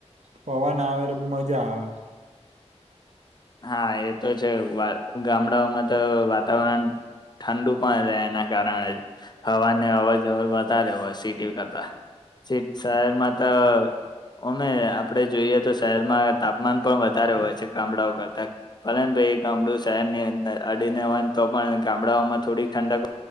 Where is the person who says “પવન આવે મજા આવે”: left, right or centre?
Right